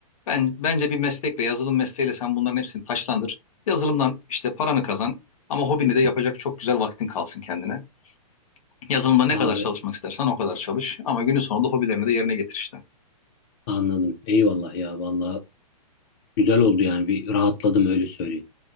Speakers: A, on the left; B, on the left.
A: Ben, bence bir meslekle, yazılım mesleğiyle sen bunların hepsini taşlandır. Yazılımdan işte paranı kazan ama hobini de yapacak çok güzel vaktin kalsın kendine. Yazılımda ne
B: Abi
A: kadar çalışmak istersen o kadar çalış ama günün sonunda hobilerini de yerine getir işte.
B: anladım. Eyvallah ya vallahi güzel oldu yani bir rahatladım öyle söyleyeyim.